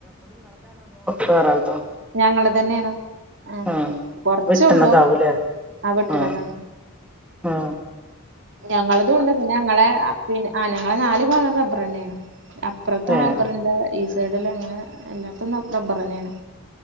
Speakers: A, in the centre; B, on the right.
A: പറോ
B: ഞങ്ങള് തന്നെയാണ് ആ
A: ഉം
B: കൊറച്ചൊള്ളൂ
A: വിട്ടണതാവൂലേ
B: ആ വെട്ടണതാണ്
A: ഉം ആഹ
B: ഞങ്ങളത് കൊൊണ്ട് പിന്നെ ഞങ്ങളെ പിന്നെ ആ ഞങ്ങളെ നാല് ഭങ്ങ അബറ തന്നെയാണ് അപ്പറത്തും
A: ഏഹ്
B: റബ്ബർുണ്ട് ഈ സൈഡല്ലാം അങ്ങനെ എല്ലാത്തും റബ്ബർ തന്നെയാണ്